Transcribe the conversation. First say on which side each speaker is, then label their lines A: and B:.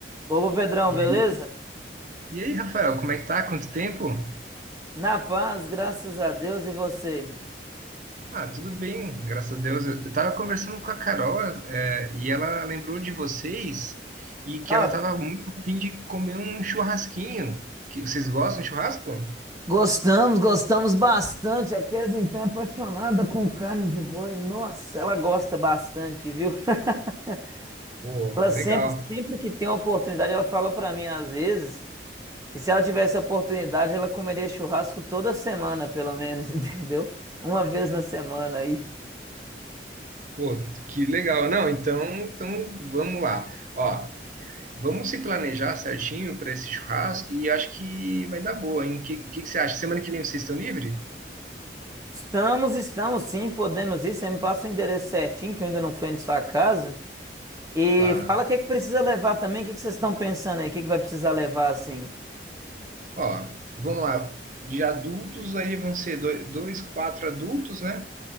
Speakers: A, on the right (about 20°); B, on the right (about 45°).
A: Ô Pedrão,
B: E
A: beleza?
B: aí, e aí, Rafael, como é que tá? Quanto tempo?
A: Na paz, graças a Deus e você?
B: Ah, tudo bem, graças a Deus. Eu eu tava conversando com a Carol, é, e ela lembrou de vocês e
A: Ah,
B: que ela tava muito a fim de comer um churrasquinho. Que, vocês gostam de churrasco?
A: Gostamos, gostamos bastante. A Kézia então é apaixonada com carne de boi. Nossa, ela gosta bastante, viu? <laughs>
B: Pô,
A: Ela sempre,
B: legal.
A: sempre que tem uma oportunidade, ela fala pra mim às vezes que se ela tivesse a oportunidade, ela comeria churrasco toda semana, pelo menos, <laughs> entendeu? Uma vez na semana aí.
B: Pô, que legal. Não, então, então vamos lá. Ó, vamos se planejar certinho para esse churrasco e acho que vai dar boa, hein? O que, que, que você acha? Semana que vem vocês estão livres?
A: Estamos, estamos sim, podemos ir. Você me passa o endereço certinho, que eu ainda não fui em sua casa. E
B: Tá.
A: fala o que é que precisa levar também, o que é que vocês estão pensando aí? O que é que vai precisar levar assim?
B: Ó, vamos lá. De adultos, ali vão ser doi- dois, quatro adultos, né?